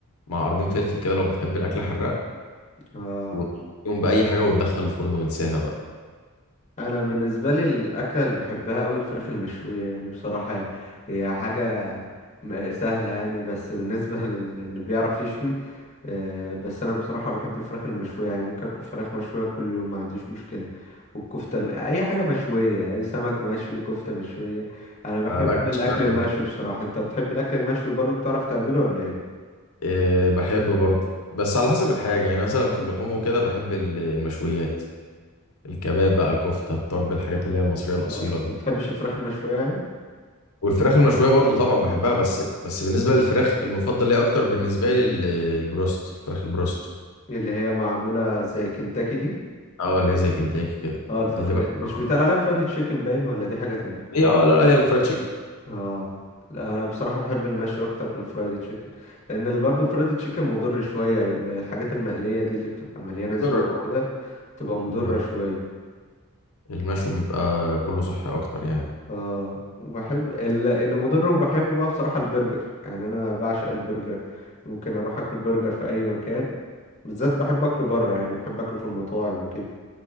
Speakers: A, on the left (about 85°); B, on the left (about 35°).
A: مع قرنين فلفل كده لو بتحب الأكل حراق
B: آه.
A: وتقوم بأي حاجة وتدخل الفرن وانساها بقى
B: انا بالنسبه لي الاكله اللي بحبها قوي الفراخ المشويه يعني بصراحه هي حاجه م- سهله يعني بس بالنسبه <laughs> لل- اللي بيعرف يشوي آه، بس انا بصراحه بحب الفراخ المشويه يعني ممكن اكل فراخ مشويه كل يوم ما عنديش مشكله والكفته الم... اي حاجه مشويه سمك مشوي كفته مشويه انا بحب
A: لا، الأكل
B: الاكل
A: الشرقي
B: المشوي
A: بقى
B: بصراحه انت بتحب الاكل المشوي برضو بتعرف تعمله ولا ايه
A: إيه بحب برضه بس على حسب الحاجة يعني مثلا في اللحوم وكده بحب ال- المشويات الكباب بقى الكفتة الطرب الحاجات اللي هي المصرية الأصيلة
B: اه
A: دي
B: ما بتحبش الفراخ المشويه يعني
A: والفراخ المشوية برضه طبعا بحبها بس بس بالنسبة للفراخ المفضل ليا أكتر بالنسبة لي ال- البروست الفراخ البروست
B: اللي هي معموله زي كنتاكي دي
A: اه اللي هي زي كنتاكي كده
B: اه الف...
A: دي اللي بحبها
B: مش بيتقال عليها فرايد تشيكن باين ولا دي حاجه تانية
A: هي اه لا لا هي الفرايد تشيكن
B: اه لا انا بصراحه بحب المشوي اكتر من الفرايد تشيكن لان ال- برضو الفرايد تشيكن مضر شويه الحاجات المقليه دي اللي بتبقى مليانه زيوت
A: ضر
B: وكده تبقى مضرة
A: طبعاً.
B: شوية
A: المشوي بيبقى كله صحي أكتر يعني
B: اه وبحب ال- اللي مضر وبحبه بقى بصراحة البرجر يعني انا بعشق البرجر ممكن اروح اكل برجر في اي مكان بالذات بحب اكله بره يعني بحب اكله في المطاعم وكده